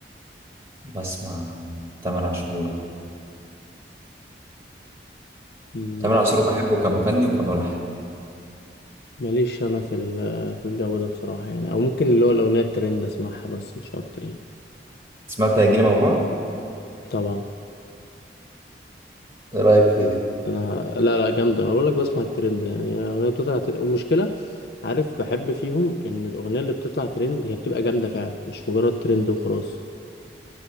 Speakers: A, on the right; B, on the left.
A: بسمع تامر عاشور
B: م-
A: تامر عاشور بحبه كمغني وكملحن
B: ماليش أنا في ال- في الجو ده بصراحة يعني أو ممكن اللي هو الأغنية الترند أسمعها بس مش أكتر يعني
A: سمعت هيجيلي موجوع؟
B: طبعا
A: ايه رايك فيها
B: انا لا لا جامده انا بقول لك بسمع الترند يعني الاغنيه بتطلع ترند ومشكله عارف بحب فيهم ان الاغنيه اللي بتطلع ترند هي بتبقى جامده فعلا مش مجرد ترند وخلاص